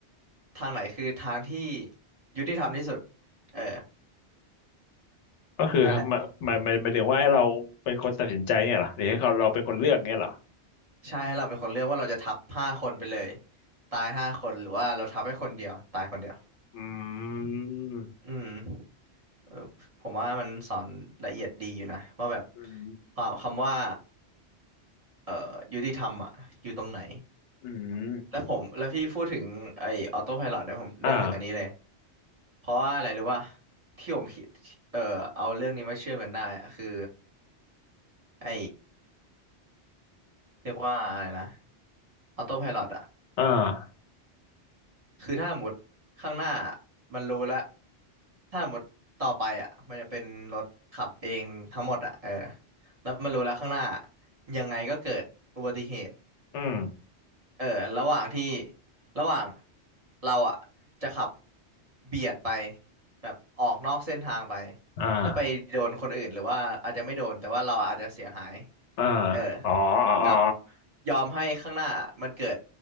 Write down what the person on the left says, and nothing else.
ก็คือหมายหมายหมายถึงว่าให้เราเป็นคนตัดสินใจเนี่ยเหรอ
หรือให้เขาเราเป็นคนเลือกเนี่ยเหรอ
อืม
อืม
อืม
อ่า
อ่า
อืม
อ่า
อ่า
อ๋ออ๋ออ๋อ